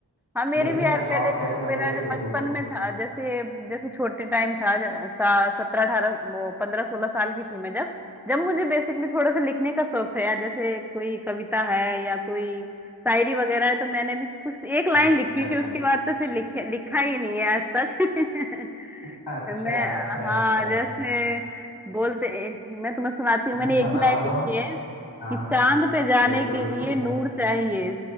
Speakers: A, in the centre; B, on the left.
A: हाँ मेरे
B: लिखने
A: भी यार
B: का
A: पहले
B: शौक है तो
A: जो
B: कभी
A: मेरा
B: कभी
A: जो
B: लिख
A: बचपन
B: लेता हूँ
A: में था जैसे जैसे छोटे टाइम था सत्रह अठारह वो पंद्रह सोलह साल की थी मैं जब जब मुझे बेसिकली थोड़ा सा लिखने का शौक था यार जैसे कोई कविता है या कोई शायरी वगैरह है तो मैंने भी कुछ एक लाइन
B: हाँ,
A: लिखी
B: अच्छा
A: थी उसके बाद तो फिर लिख, लिखा ही नहीं है आज तक
B: अच्छा
A: <laughs>
B: अच्छा
A: मैं
B: अच्छा
A: हाँ
B: अच्छा
A: जैसे बोलते मैं तुम्हें सुनाती हूँ
B: हम्म,
A: मैंने
B: बताओ
A: एक ही लाइन
B: बताओ
A: लिखी है
B: हाँ
A: कि चांद पे जाने
B: बिल्कुल
A: के
B: बिल्कुल
A: लिए नूर चाहिए